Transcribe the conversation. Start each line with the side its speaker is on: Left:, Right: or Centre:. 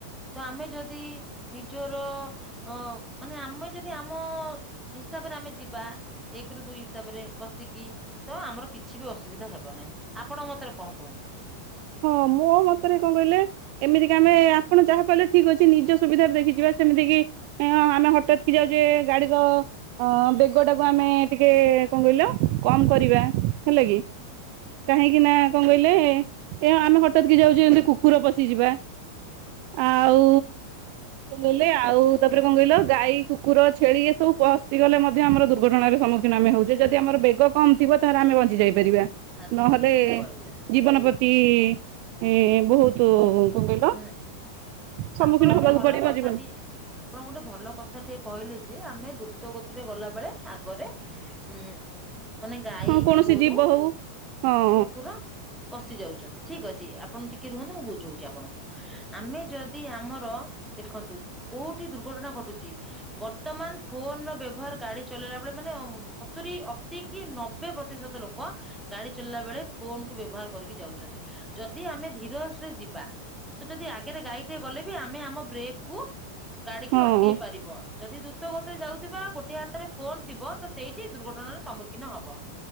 Centre: ତ ଆମେ। ଯଦି ନିଜର। ଅ ମାନେ ଆମେ ଯଦି ଆମ ହିସାବରେ ଆମେ ଯିବା। ଏକ ରୁ ଦୁଇ ହିସାବ ରେ ବସିକି। ତ ଆମର କିଛି ବି ଅସୁବିଧା ହେବ ନାହିଁ ଆପଣ ମତରେ କଣ କୁହନ୍ତୁ।
Right: ହଁ ମୋ ମତରେ କଣ କହିଲେ। ଏମିତି କି ଆମେ ଆପଣ ଯାହା କହିଲେ ଠିକ ଅଛି ନିଜ ସୁବିଧାରେ ଦେଖିଯିବା ସେମିତି କିି। ଇ ଅଁ ଆମେ ହଠତ୍ କି ଯାଉଛେ ଗାଡିର। ଅ ବେଗ ଟାକୁ ଆମେ ଟିକେ କଣ କହିଲ କମ କରିବା ହେଲା କି। କାହିଁକି ନା କଣ କହିଲେ। ଏ ଆମେ ହଠାତ୍ କି ଯାଉଛେ ଏମିତି କୁକୁର ପଶିଯିବା ଆଉ। କଣ କହିଲେ ଆଉ। ତାପରେ କଣ କହିଲ ଗାଈ କୁକୁର ଛେଳି ଏସବୁ ପଶିଗଲେ ମଧ୍ୟ ଆମର ଦୁର୍ଘଟଣାର ସମ୍ମୁଖୀନ ଆମେ ହଉଛେ ଯଦି ଆମର ବେଗ। କମ ଥିବ ତାର ଆମେ ବଞ୍ଚି ଯାଇ ପାରିବା
Centre: ଆଚ୍ଛା
Right: ନହେଲେ
Centre: ଠିକ କହିଲେ।
Right: ଜୀବନ ପ୍ରତି କି ଏଁ ବହୁତ। ତୁ କଣ କହିଲ
Centre: ହୁଁ
Right: ସମ୍ମୁଖୀନ
Centre: ଆପଣ ଗୋଟେ
Right: ହେବାକୁ
Centre: ଭଲ
Right: ପଡିବ
Centre: କଥାଟି
Right: ଜୀବନ।
Centre: ଆପଣ ଗୋଟେ ଭଲ କଥା ଟିକେ କହିଲେ ଯେ ଆମେ ଦ୍ରୁତ ଗତିରେ ଗଲାବେେଳେ ଆଗରେ। ଉଁ ମାନେ ଗାଈ,
Right: ହଁ କୌଣସି
Centre: ଗୋରୁ,
Right: ଜୀବ ହଉ ହଁ
Centre: କୁକୁର। ପଶି ଯାଉଛନ୍ତି ଠିକ ଅଛି ଆପଣ ଟିକେ ରୁହନ୍ତୁ ମୁଁ ବୁଝଉଛି ଆପଣଙ୍କୁ ଆମେ ଯଦି। ଦି ଆମର ଦେଖନ୍ତୁ କୋଉଠି ଦୁର୍ଘଟଣା ଘଟୁଛି। ବର୍ତ୍ତମାନ ଫୋନ ର ବ୍ୟବହାର ଗାଡି ଚଲେଇଲା ବେଳେ ମାନେ ଅଁ ସତୁରି ଅଶୀ। କି ନବେ ପ୍ରତିଶତ ଲୋକ ଗାଡି ଚଲାଇଲା ବେଳେ ଫୋନ କୁ ବ୍ୟବହାର କରିକି ଯାଉଛନ୍ତି। ଯଦି ଆମେ ଧୀର ସ ରେ ଯିବା। ତ ଯଦି ଆଗରେ ଗାଈ ଟେ ଗଲେ ବି ଆମେ ଆମ ବ୍ରେକ କୁ ଗାଡିକି
Right: ହଁ
Centre: ଅଟକେଇ ପାରିବାୁ କ ଯଦି ଦ୍ରୁତ ଗତିରେ ଯାଉଥିବା ଗୋଟେ ହାତରେ ଫୋନ ଥିବ ତ ସେଇଠି ଦୁର୍ଘଟଣା ର। ସମ୍ମୁଖୀନ ହବ